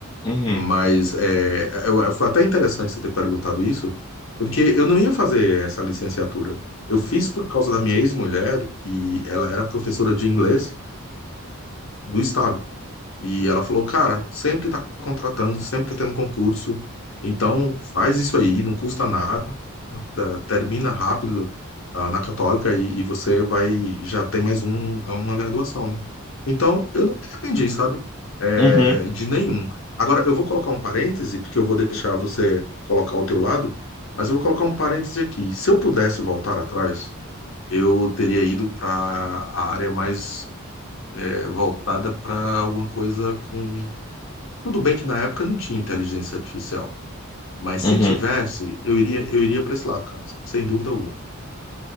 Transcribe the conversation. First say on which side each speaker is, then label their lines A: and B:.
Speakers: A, on the left; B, on the left.
A: Uhum,
B: Mas é, eu, eu- foi até interessante você ter perguntado isso, porque eu não ia fazer essa licenciatura. Eu fiz por causa da minha ex-mulher, que ela era professora de inglês do estado. E ela falou, cara, sempre tá contratando, sempre tá tendo concurso, então faz isso aí, não custa nada da- termina rápido ah, na Católica e, e você vai já tem mais um, é uma graduação, né? Então, eu não me arrependi, sabe? É,
A: uhum,
B: de nenhum. Agora, eu vou colocar um parêntese, porque eu vou deixar você colocar o teu lado, mas eu vou colocar um parêntese aqui. Se eu pudesse voltar atrás, eu teria ido para a área mais é, voltada para alguma coisa com. Tudo bem que na época não tinha inteligência artificial, mas se
A: uhum.
B: tivesse, eu iria, eu iria para esse lado, cara, sem dúvida alguma.